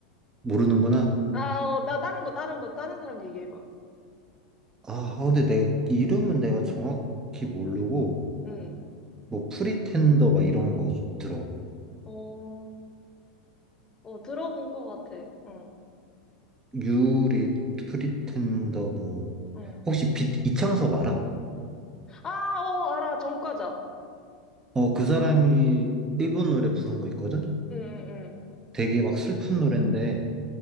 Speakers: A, on the right; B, on the left.
A: 모르는구나.
B: 아, 어, 나 다른 거, 다른 거, 다른 사람 얘기해봐.
A: 아, 아, 근데 내 이름은 내가 정확히 모르고
B: 응.
A: 뭐 프리텐더 막 이런 거 들어.
B: 어, 어, 들어본 거 같아. 응,
A: 유리 프리텐더 뭐
B: 응.
A: 혹시 빛 이창섭 알아?
B: 아, 어, 알아, 정과자.
A: 어, 그 사람이 일본 노래 부른 거 있거든?
B: 응, 응, 응.
A: 되게 막 슬픈 노래인데